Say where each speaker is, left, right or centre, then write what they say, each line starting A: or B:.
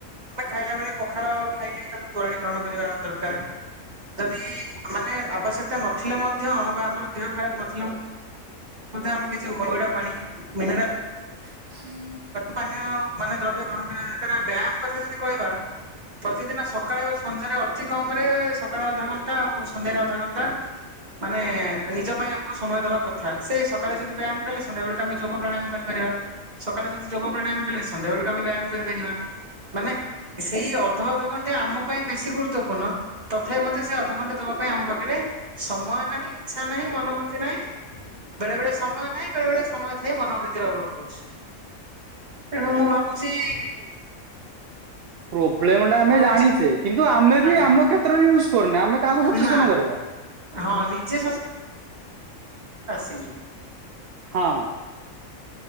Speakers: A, on the right; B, on the right.
A: ଆମେ ଖାଇଲା ବେଳେ ପଖାଳ ଖାଇଲେ ତାର ତୋରାଣି ଗ୍ରହଣ କରିବା ଦରକାର। ଯଦି
B: ହୁଁ
A: ମାନେ ଆବଶ୍ୟକ ନଥିଲେ ମଧ୍ୟ ବା ଆମର ଦେହ ଖରାପ ନଥିଲେ ଆମେ କିଛି ପଇଡ଼ ପାଣି ମିନରା
B: <inaudible>
A: ପାନୀୟ ମାନେ ଦ୍ରବ୍ୟ ଗ୍ରହଣ କରିବା। ବ୍ୟାୟାମ କଥା ଯଦି କହିବା ପ୍ରତିଦିନ ସକାଳେ ଆଉ ସନ୍ଧ୍ୟାରେ ଅତି କମରେ ସକାଳେ ଅଧାଘଣ୍ଟା ଆଉ ସନ୍ଧ୍ୟାରେ ଅଧ ଘଣ୍ଟା ମାନେ ନିଜ ପାଇଁ ଆମକୁ ସମୟ ଦବା କଥା ସେ ସକାଳେ ଯଦି ବ୍ୟାୟାମ କଲେ ସନ୍ଧ୍ୟା ବେଳକୁ ଆମେ ଯୋଗ ପ୍ରାଣୟାମ କରିପାରିବା। ସକାଳେ ଯଦି ଯୋଗ ପ୍ରାଣାୟାମ କଲେ ସନ୍ଧ୍ୟାବେଳକୁ ଆମେ ବ୍ୟାୟାମ କରିପାରିବା। ମାନେ ସେଇ ଅଧ ଅଧଘଣ୍ଟେ ଆମ ପାଇଁ ବେଶୀ ଗୁରୁତ୍ୱପୂର୍ଣ୍ଣ ତଥାପି ମଧ୍ୟ ସେ ଅଧଘଣ୍ଟେ ଦବା ପାଇଁ ଆମ ପାଖରେ ସମୟ ନାହିଁ, ଇଚ୍ଛା ନାହିଁ, ମନୋବୃତ୍ତି ନାହିଁ ବେଳେ ବେଳେ ସମୟ ନାଇହିଁ ବେଳେ ବଳେ ସମୟ ଥାଇ ମନୋବୃତ୍ତି ର ଅଭାବ ରହୁଛି। ତେଣୁ ମୁଁ ଭାବୁଛି
B: ପ୍ରୋବ୍ଲେମ୍
A: ମୁଁ
B: ଟା ଆମେ
A: ଭାବୁଛି
B: ଜାଣିଛେ କିନ୍ତୁ ଆମେ ବି
A: ଆଜ୍ଞା
B: ଆମ କ୍ଷେତ୍ରରେ ୟୁସ୍ କରୁନା ଆମେ କାହାକୁ ସଚେତନ
A: ନା
B: କରେଇବା।
A: ହଁ ନିଜେ ହେଇନି।
B: ହଁ